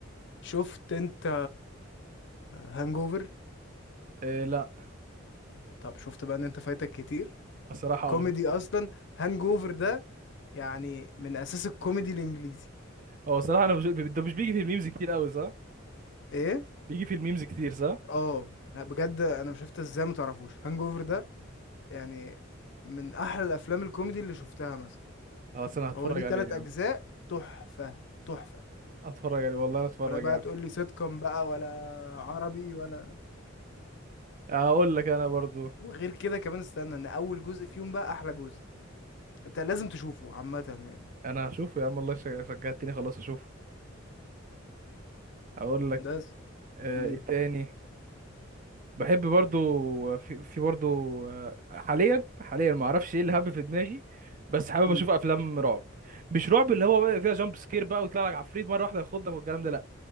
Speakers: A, on the left; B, on the right.
A: شفت انت هانجوفر
B: إيه لا
A: طب شفت بقى ان انت فايتك كتير
B: الصراحه
A: الكوميدي
B: اه
A: اصلا هانجوفر ده يعني من اساس الكوميدي الانجليزي
B: هو الصراحه انا مش ده مش بيجي في الميمز كتير قوي صح
A: ايه
B: بيجي في الميمز كتير صح
A: اه بجد انا مش شفت ازاي ما تعرفوش هانج اوفر ده يعني من احلى الافلام الكوميدي اللي شفتها مثلا
B: خلاص انا هتفرج
A: هو ليه
B: عليه
A: تلات
B: يا
A: اجزاء
B: عم
A: تحفه تحفه
B: هتفرج عليه والله هتفرج
A: ولا بقى
B: يا عم
A: تقول لي سيت كوم بقى ولا عربي ولا
B: هقول لك انا برضو
A: وغير كده كمان استنى ان اول جزء فيهم بقى احلى جزء انت لازم تشوفه عامه يعني
B: انا هشوفه يا عم والله شج- شجعتني خلاص اشوفه هقول لك
A: ده س-
B: آه،
A: مم.
B: ايه تاني بحب برضو في, في برضو آه، حاليا حاليا ما اعرفش ايه اللي هب في دماغي بس حابب
A: مم.
B: اشوف افلام رعب مش رعب اللي هو بقى فيها جامب سكير بقى ويطلع لك عفريت مره واحده ياخدك والكلام ده لا